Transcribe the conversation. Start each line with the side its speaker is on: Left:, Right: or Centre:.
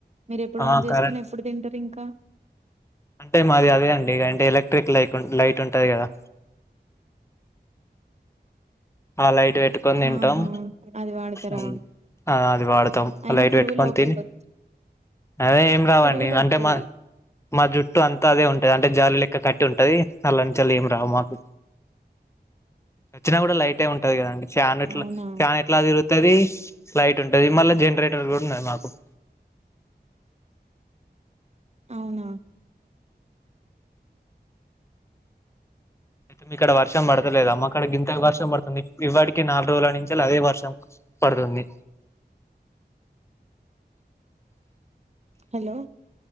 Right: మీరు ఎప్పుడు
Left: ఆ
Right: ఆన్ చేసుకొని
Left: కరెంట్
Right: ఎప్పుడు తింటారు ఇంకా
Left: అంటే మాది అదే అండి మీకంటే ఎలక్ట్రిక్ లైకు లైట్ ఉంటది కదా ఆ లైట్ పెట్టుకొని తింటాం
Right: ఆహా అది వాడతారా
Left: ఉమ్ ఆ అది వాడతాం ఆ
Right: అయినా
Left: లైట్
Right: పురుగులు
Left: పెట్టుకొని
Right: లోపలికి
Left: తిని అదే ఏం రావండి
Right: పురుగులు వత్తాయి
Left: అంటే మా మా జుట్టు అంతా అదే ఉంటది అంటే జాలి లె క్క కట్టి ఉంటది అల్లనుంచెలేం రావు మాకు వచ్చినా కూడా లై ఎ ఉంటది కదండి ఫ్యాన్ ఇట్లా
Right: అవునా
Left: ఫ్యాన్ ఎట్లా తిరు తది లైట్ ఉంటది, మళ్ళా జనరేటర్ కూడా ఉన్నది మాకు ఆ
Right: అవునా
Left: అయితే మీకాడ వర్షం పడతలేదా మాకాడ గింత వర్షం పడుతుంది ఇవాటికి నాలుగు రోజుల నుంచెలి అదే వర్షం పడుతుంది
Right: హలో